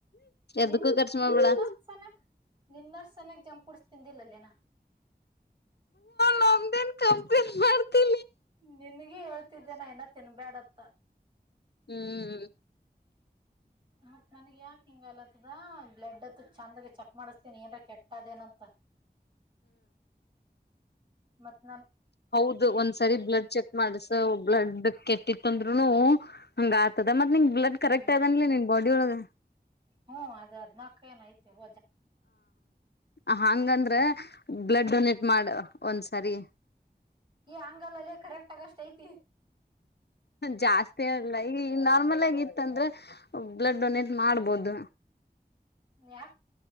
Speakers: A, on the left; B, on the right.
A: ಎದಕ್ಕೂ
B: ನಿನ್
A: ಖರ್ಚು ಮಾಡ್ಬೇಡ
B: ನಿನ್ನ ಸನಕ್ ನಿನ್ನರ್ ಸನಕ್ ಜಂಪೂರ್ ತಿಂದಿಲ್ಲಲ್ಲನಾ
A: ನಮದನ್ ಕ ಮಾಡತಿ
B: ನನ್ಗಿ ಹೇಳ್ತಿದ್ದೇನ ಏನ ತಿನ್ಬ್ಯಾಡತ್ತ
A: ಹ್ಮ್
B: ಮತ್ತತ್ ನನಗ್ ಯಾಕ ಹಿಂಗಲತ್ತದ ಬ್ಲಡ್ ಹತ್ ಚಂದಾಗ ಚೆಕ್ ಮಾಡಸ್ತೀನಿ ಏನ್ರ ಕೆಟ್ಟದೇಏನಂತ ಮತ್ತೆ
A: ಹೌದು ಒಂದ್ಸರಿ ಬ್ಲಡ್ ಚೆಕ್ ಮಾಡಸ ಬ್ಲಡ್ ಕೆಟ್ಟಿತ್ತು ಅಂದ್ರುನು. ಹಂಗ ಆತದ ಮತ್ ನಿಂಗ ಬ್ಲಡ್ ಕರೆಕ್ಟ್
B: ಹ್ಮ್
A: ಅದನ್ಲಿ ನಿನ್ ಬಾಡಿ ಒಳಗ.
B: ಹ್ಮ್ ಅದ್ ಹದ್ನಾಲ್ಕ ಏನ್ ಐತೆ ಹ
A: ಹ ಹಂಗಂದ್ರೆ ಬ್ಲಡ್ ಡೊನೇಟ್ ಮಾಡ ಒಂದ್ಸರಿ.
B: ಅಂಗಲ್ಲ ಅಲ್ಲ ಕರೆಕ್ಟ್ ಆಗಷ್ಟ ಐತಿ
A: ಜಾಸ್ತಿ ಅಲ್ಲ ಈಗ ಈ ನಾರ್ಮಲ್ ಆಗಿ ಇತ್ತಂದ್ರೆ. ಬ್ಲಡ್ ಡೊನೇಟ್ ಮಾಡ್ಬೋದು.
B: ಯ